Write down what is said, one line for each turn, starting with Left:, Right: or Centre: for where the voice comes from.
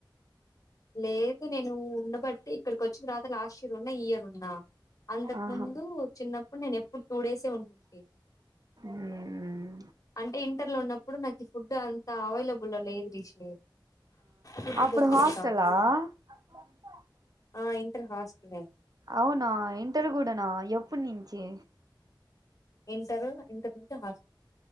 Left: లేదు నేను ఉన్నబట్టి ఇక్కడికి వచ్చి రాత లాస్ట్ ఇయర్ ఉన్నా ఈ ఇయర్ ఉన్నా అంతకు
Right: ఆహా
Left: ముందు చిన్నప్పుడు నేను ఎప్పు టూ డేసే ఉంటుంది
Right: మ్మ్
Left: అంటే ఇ ఇంటర్ లో ఉన్నప్పుడు నాకు ఫుడ్ అంత అవైలబుల్ లో లేదు రిష్ ఫుడ్డు
Right: అప్పుడు
Left: దొరికేది
Right: హాస్టలా
Left: కాదు నాకు
Right: ఆ
Left: ఆ ఇంటర్ హాస్టల్ నేను
Right: అవునా ఇంటరు కూడా నా ఎ ప్పున్నుంచి
Left: ఇంటరు ఇంటర్ నుంచి హాస్